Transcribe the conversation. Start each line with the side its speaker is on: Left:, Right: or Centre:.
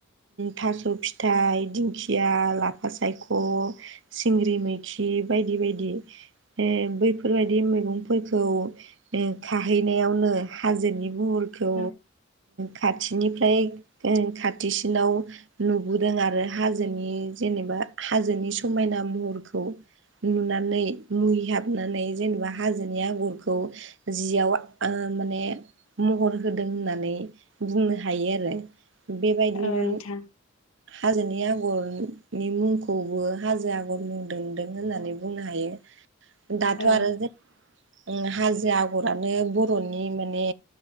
Right: थास' फिथाइ दिंखिया लाफा सायख' सिंग्रि मैखि बायदि बायदि बैफोर बेफोरबायदि मैगंफोरखौ खाहैनायावनो हाजोनि मुहुर खौ
Left: ओ
Right: खाथिनिफ्राय ओं खाथिसिनाव नुबोदों आरो हाजोनि जेनेबा हाजोनि समायना महरखौ। नुनानै मुहिहाबनानै जेनेबा हाजोनि आगरखौ जियाव ओ माने महर होदों होननानै बुंनो हायो आरो बेबायदिनो
Left: औ नोंथां
Right: हाजोनि आगरनि मुंखौबो हाजो आगर मुं दोनदों होननानै बुंनो हायो। दाथ'
Left: औ
Right: आरो जे <inaudible> हाजो आगरानो बर'नि माने